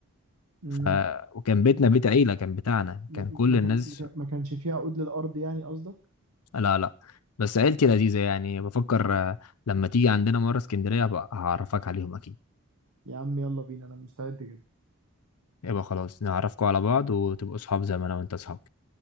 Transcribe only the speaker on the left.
ف وكان بيتنا بيت عيله كان بتاعنا
كان كل
الناس
لا لا بس عيلتي لذيذه يعني بفكر آه، لما تيجي عندنا مره اسكندريه هبقى هعرفك عليهم اكيد
يبقى خلاص نعرفكم على بعض وتبقوا اصحاب زي ما انا وانت اصحاب